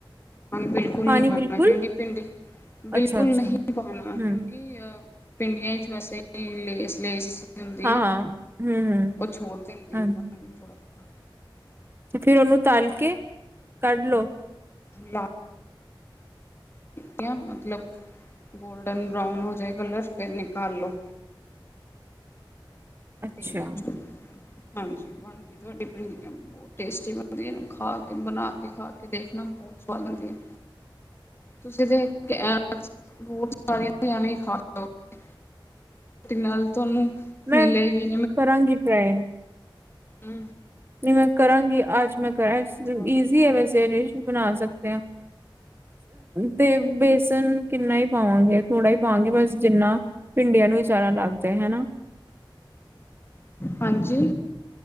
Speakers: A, on the left; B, on the right.
A: ਬਿਲਕੁਲ
B: ਪਾਣੀ
A: ਨਹੀਂ ਪਾਣਾ
B: ਬਿਲਕੁਲ
A: ਕਿਉਂਕਿ ਭਿੰਡੀ ਬਿਲਕੁਲ
B: ਅੱਛਾ ਅੱਛਾ
A: ਨਹੀਂ
B: ਹੂੰ
A: ਪਾਉਣਾ
B: ਹਾਂ
A: ਕਿਉਂਕਿ ਆ ਭਿੰਡੀਆਂ ਚ ਵੈਸੇ ਵੀ ਲੇਸ ਲੇਸ ਹੁੰਦੀ
B: ਹਾਂ
A: ਹੈ
B: ਹਾ ਹੂ ਹੂ
A: ਉਹ ਛੋੜ ਦਿੰਦੀ
B: ਹਾਜ
A: ਹੈ ਪਾਣੀ ਥੋੜਾ ਆਪਾ <unintelligible>
B: ਤੇ ਫੇਰ ਉਹਨੂੰ ਤਲ ਕੇ, ਕੱਢ ਲਓ
A: ਨਾ ਕਿਆ ਮਤਲਬ, ਗੋਲਡਨ ਬਰਾਊਨ ਹੋ ਜਾਏ ਕਲਰ ਫੇਰ ਨਿਕਾਲ ਲੋ
B: ਅੱਛਾ
A: ਤੇਲ ਵਿੱਚੋਂ ਹਾਂਜੀ ਬਣ ਤੁਹਾਡੀ ਭਿੰਡੀਆਂ ਬਹੁਤ ਟੈਸਟੀ ਬਨਦੀ, ਖਾ ਕੇ ਬਣਾ ਕੇ, ਖਾ ਕੇ ਦੇਖਣਾ ਬਹੁਤ ਸਵਾਦ ਹੁੰਦੀ ਆ ਤੁਸੀਂ ਦੇਖ ਕੇ ਬਹੁਤ ਸਾਰੀ ਐਵੇ ਹੀ ਖਾਜੋਗੇ, ਤੇ ਨਾਲ ਤੁਹਾਨੂੰ
B: ਮੈਂ
A: ਮਿਲੇਗੀ
B: ਕਰਾਂਗੀ ਟਰਾਈ
A: ਹੂ
B: ਨਹੀਂ ਮੈਂ ਕਰਾਂਗੀ ਅੱਜ ਮੈਂ ਵੇਸ
A: ਸਵਾਦ
B: ਈਜ਼ੀ
A: ਹੁੰਦੀ
B: ਹੈ ਵੈਸੇ ਬਣਾ ਸਕਦੇ ਹਾ ਤੇ ਬੇਸਨ ਕਿੰਨਾ ਹੀ ਪਾਵਾਂਗੇ ਥੋੜਾ ਹੀ ਪਾਵਾਂਗੇ ਬਸ ਜਿੰਨਾ ਭਿੰਡੀਆਂ ਨੂੰ ਹੀ ਸਾਰਾ ਲੱਗ ਜਾਏ, ਹੈਨਾ
A: ਹਾਂਜੀ,